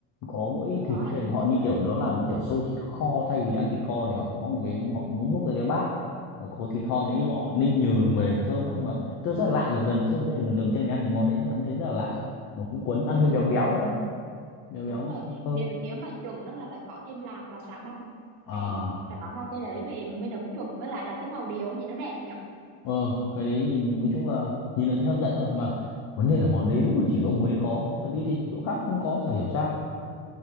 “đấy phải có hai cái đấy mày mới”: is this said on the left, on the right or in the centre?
Right